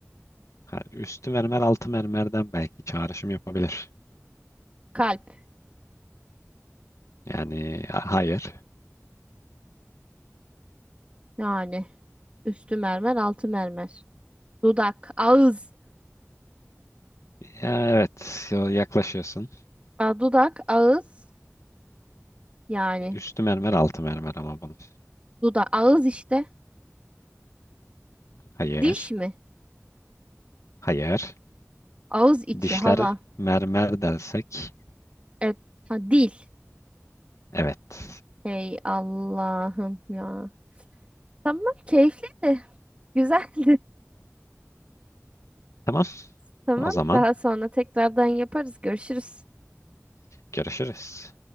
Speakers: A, on the left; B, on the right.
A: Ha, üstü mermer altı mermerden belki çağrışım yapabilir.
B: kalp.
A: Yani ha- hayır.
B: Yani üstü mermer, altı mermer. Dudak, ağız.
A: Ya, evet. ya- Yaklaşıyorsun.
B: Aa, dudak, ağız. Yani
A: Üstü mermer altı mermer ama bunun.
B: dudak, ağız işte.
A: Hayır.
B: Diş mi?
A: Hayır.
B: Ağız içi
A: Dişler
B: hava.
A: mermer dersek.
B: Evet. Ha, dil.
A: Evet.
B: Hey Allah'ım ya. Tamam keyifliydi. Güzeldi.
A: Tamam.
B: <laughs> Tamam
A: O zaman
B: daha sonra tekrardan yaparız. Görüşürüz.
A: görüşürüz.